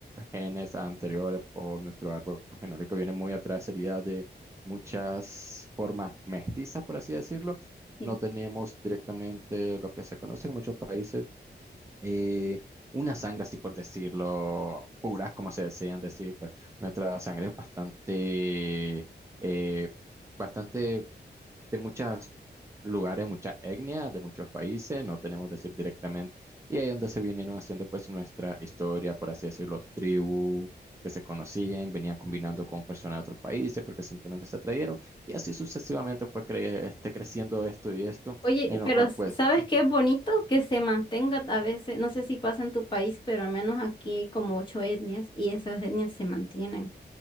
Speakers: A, on the right; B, on the left.
A: genes anteriores o nuestro árbol genómico viene muy atrás, sería de muchas formas mestizas, por así decirlo.
B: sí.
A: No tenemos directamente lo que se conoce en muchos países, eh, una sangre, así por decirlo, pura, como se decían decir, pues nuestra sangre es bastante, eh, bastante de muchos lugares, muchas etnias, de muchos países, no tenemos decir directamente, y ahí donde se vinieron haciendo pues nuestra historia, por así decirlo, los tribus que se conocían, venían combinando con personas de otros países porque simplemente se atrayeron, y así sucesivamente fue cre- este, creciendo esto y esto,
B: Oye,
A: en los
B: pero
A: cuales
B: s-
A: pues,
B: ¿sabes
A: sí,
B: qué es bonito? Que se mantenga a veces, no sé si pasa en tu país, pero al menos aquí hay como ocho etnias y esas etnias se mantienen.